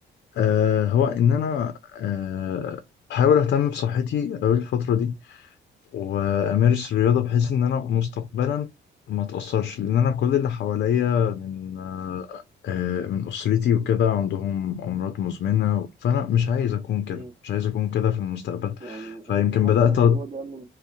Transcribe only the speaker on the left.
آه هو ان انا آه بحاول اهتم بصحتي اوي الفترة دي وامارس الرياضه بحيث ان انا مستقبلا ما اتاثرش لان انا كل اللي حواليا من آه، آه، من اسرتي وكده عندهم امراض مزمنه فانا مش عايز اكون كده
مش عايز اكون كده في المستقبل
فيمكن
بدات
أ-